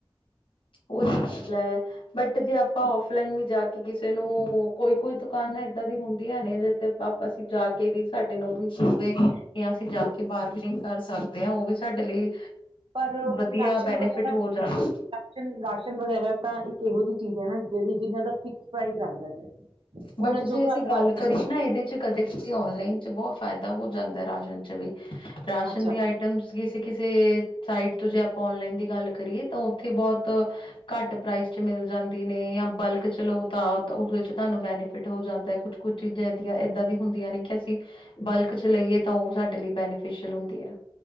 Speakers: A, on the left; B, on the right.
A: ਉਹੀ ਗੱਲ ਹੈ। ਬਟ ਜੇ ਆਪਾਂ ਫ ਲਾਨ ਵੀ ਜਾ ਕੇ ਕਿਸੇ ਨੂੰ ਕੋਈ ਕੋਈ ਦੁਕਾਨ ਨਾ ਇਏਦਾਂ ਦੀ ਹੁੰਦੀ ਹੈ ਨੇ ਜਿੱਥ ਆਪ ਅਸੀਂ ਜਾ ਕੇ ਵੀ ਸਾਡੇ ਹੋਵੇ ਜਾਂ ਅਸੀਂ ਜਾ ਕੇ ਬਾਰਗਨਿੰਗ ਕਰ ਸਕਦੇ ਹਾਂ ਉਹ ਵੀ ਸਾਡੇ ਲਈ
B: ਪਰ
A: ਵਧੀਆ
B: ਰਾਸ਼ਨ
A: ਬੈਨੀਫਿਟ
B: ਵਗੈਰਾ
A: ਹੋ
B: ਕੇ
A: ਜਾਂਦਾ
B: ਰਾਸ਼ਨ ਵਗੈਰਾ ਤਾਂ ਇੱਕ ਇਹੋ ਜਿਹੀ- ਚੀਜ਼ ਨਾ ਜਿਹੜੀ ਜਿੰਨਾ ਦਾ ਪ੍ਰਾਈਸ ਰੱਖਦੇ ਨੇ ਉਹਨਾਂ
A: ਬਟ
B: ਚੋਂ
A: ਜੇ ਅਸੀਂ
B: ਘੱਟ
A: ਗੱਲ
B: ਵੱਧ ਨਹੀਂ
A: ਕਰੀਏ
B: ਕਰਦੇ
A: ਨਾ ਇਹਦੇ ਚ ਕਦੇ ਕਦੇ ਓਨਲਾਈਨ ਚ ਬਹੁਤ ਫਾਇਦਾ ਹੋ ਜਾਂਦਾ ਰਾਸ਼ਨ ਚ ਵੀ ਰਾਸ਼ਨ
B: ਅੱਛਾ
A: ਦੀ ਆਈਟਮਸ ਕਿਸੇ ਕਿਸੇ ਸਾਈਟ ਜੇ ਆਪਾਂ ਓਨਲਾਈਨ ਦੀ ਗੱਲ ਕਰੀਏ ਤਾਂ ਉੱਥੇ ਬਹੁਤ ਘੱਟ ਪ੍ਰਾਈਸ ਚ ਮਿਲ ਜਾਂਦੀ ਨੇ ਜਾਂ ਬਲਕ ਚਲੋ ਤਾਂ ਉਦੋਂ ਵਿੱਚ ਤੁਹਾਨੂੰ ਬੈਨੀਫਿਟ ਹੋ ਜਾਂਦਾ ਕੁਛ ਕੁਛ ਚੀਜ਼ਾ ੲਦਿਆ ਐਦਾਂ ਦੀਆਂ ਹੁੰਦੀਆਂ ਨੇ ਕਿ ਅਸੀਂ ਬਲਕ ਚ ਲਈਏ ਤਾਂ ਉਹ ਸਾਡੇ ਲਈ ਬੈਨੀਫਿਸ਼ਅਲ ਹੁੰਦੀ ਹੈ। -